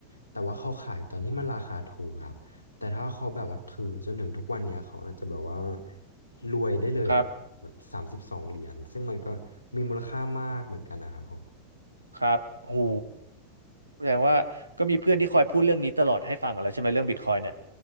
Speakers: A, on the left; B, on the right.
A: แต่ว่าเขาขายตอนที่มันราคาถูกครับ แต่ถ้าเขาแบบว่าถือจนถึงทุกวันเนี่ยเขาอาจจะแบบว่ารวยได้เลยอ่ะแบบสามสิบสองเหรียญซึ่งมันก็มีมูลค่ามากเหมือนกันนะครับผม
B: ครับ ครับโอ้โหแสดงว่าก็มีเพื่อนที่คอยพูดเรื่องนี้ตลอดให้ฟังกันแล้วใช่ไหมเรื่องบิตคอยเนี่ย